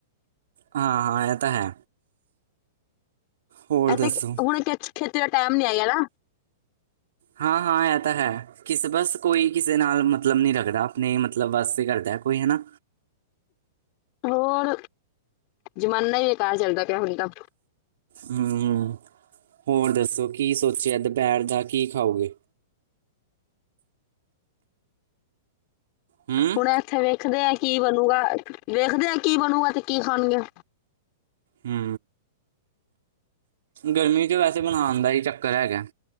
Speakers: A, on the right; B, on the left.
A: ਹਾਂਅ, ਇਹ ਤਾਂ ਹੈ। ਹੋਰ
B: ਇੱਥੇ
A: ਦੱਸੋ
B: ਹੁਣ ਖ-ਖੇਤੀ ਦਾ ਟਾਈਮ ਨੀ ਆਏਗਾ ਨਾ।
A: ਹਾਂ-ਹਾਂ, ਇਹ ਤਾਂ ਹੈ। ਕਿਸਬਸ ਕੋਈ ਕਿਸੇ ਨਾਲ ਮਤਲਬ ਨੀ ਰੱਖਦਾ। ਆਪਣੇ ਮਤਲਬ ਵਾਸਤੇ ਕਰਦਾ ਕੋਈ, ਹਨਾ।
B: ਹੋਰ, ਜ਼ਮਾਨਾ ਹੀ ਬੇਕਾਰ ਚੱਲਦਾ ਪਿਆ ਹੁਣ ਤਾ।
A: ਹਮ, ਹੋਰ ਦੱਸੋ? ਕੀ ਸੋਚਿਆ ਦੁਪਹਿਰ ਦਾ ਕੀ ਖਾਓਗੇ? ਹੂੰ
B: ਹੁਣ ਇੱਥੇ ਵੇਖਦੇ ਆ। ਕੀ ਬਣੂਗਾ? ਦੇੇਖਦੇ ਆ ਕੀ ਬਣੂਗਾ ਤੇ ਕੀ ਖਾਣਗੇ?
A: ਹੂੰ ਗਰਮੀ 'ਚ ਵੈਸੇ ਬਣਾਣ ਦਾ ਹੀ ਚੱਕ ਕਰਿਆ ਗਿਆ।